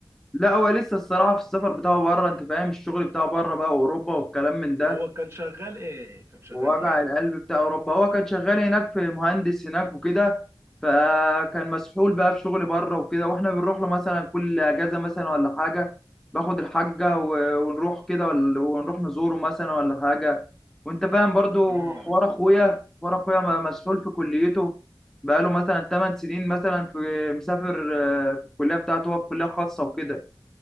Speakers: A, in the centre; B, on the right.
A: لا هو لسه الصراحة في السفر بتاعه بره انت فاهم الشغل بتاعه بره بقى واوروبا والكلام من ده
B: هو كان شغال ايه كان شغال
A: ووجع
B: ايه هو
A: القلب بتاع اوروبا هو كان شغال هناك في مهندس هناك وكده فكان مسحول بقى في شغل بره وكده واحنا بنروح له مثلا كل اجازه مثلا ولا حاجه باخد الحاجه و- ونروح كده ولا- ونروح نزوره مثلا ولا حاجه وانت فاهم برضو
B: امم
A: حوار اخويا حوار اخويا م- مسحول في كليته بقاله مثلا 8 سنين مثلا في مسافر آه، في الكليه بتاعته هو في كليه خاصه وكده